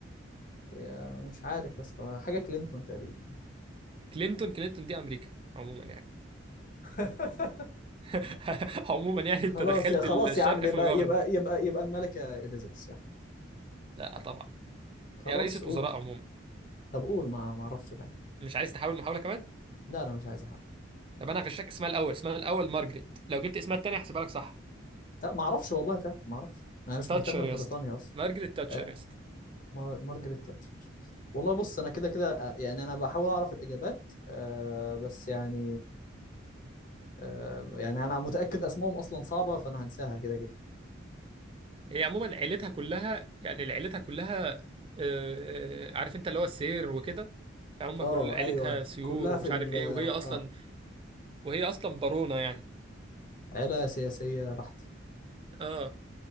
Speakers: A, on the left (about 45°); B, on the right (about 25°).
A: يا مش عارف يا اسطى حاجه كلينتون تقريبا
B: كلينتون كلينتون دي أمريكا عموما يعني
A: <laughs>
B: <laughs> عموما يعني
A: خلاص
B: انت دخلت
A: يا خلاص
B: الشرق
A: يا عم يبقى
B: في الغرب
A: يبقى يبقى يبقى الملكه اليزابيث يعني
B: لا طبعا
A: خلاص
B: هي رئيسة
A: قول
B: وزراء عموما
A: طب قول ما ما اعرفش فعلا
B: مش عايز تحاول محاولة كمان
A: لا انا مش عايز احاول
B: طب انا هغشك اسمها الاول اسمها الاول مارجريت لو جبت اسمها التاني هحسبها لك صح
A: لا ما اعرفش والله فعلا ما اعرفش انا مش
B: تاتشر
A: مهتم ببريطانيا
B: يا اسطى
A: اصلا
B: مارجريت تاتشر
A: آه
B: يا اسطى
A: مار- مارجريت تاتشر والله بص انا كده كده آه، يعني انا بحاول اعرف الاجابات آه بس يعني آه يعني انا متاكد اسمائهم اصلا صعبه فانا هنساها كده كده
B: هي عموما عيلتها كلها يعني عيلتها كلها آه، عارف انت اللي هو السير وكده فهم
A: اه
B: كل عيلتها
A: ايوه ايوه
B: سيور
A: كلها
B: ومش
A: في ال
B: عارف ايه وهي اصلا
A: اه
B: وهي اصلا بارونة يعني
A: عيلة سياسية بحتة
B: اه